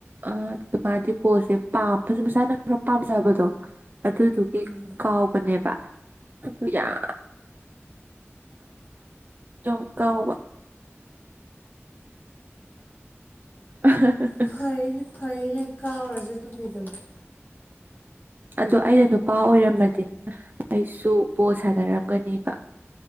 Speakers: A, on the right; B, on the left.
A: ꯑ ꯑꯗꯨ ꯃꯥꯗꯤ ꯄꯣꯜꯁꯦ ꯄꯥꯝ ꯃꯁꯥꯅ ꯈꯔ ꯄꯥꯝꯖꯕꯗꯣ ꯑꯗꯨꯗꯨꯒꯤ
B: ꯎꯝ
A: ꯀꯥꯎ ꯅꯦꯕ ꯑꯗꯨ ꯌꯥꯝ ꯆꯧꯀꯥꯎꯕ <unintelligible>
B: ꯐꯔꯦꯅꯦ ꯐꯔꯦꯅꯦ ꯀꯥꯎꯔꯁꯨꯅꯨ ꯀꯩꯗꯧꯅꯤ
A: ꯑꯗꯣ ꯑꯩꯅ ꯅꯨꯄꯥ ꯑꯣꯏꯔꯝꯃꯗꯤꯅꯦ ꯑꯩꯁꯨ ꯕꯣꯜ ꯁꯥꯟꯅꯔꯝꯒꯅꯤꯕ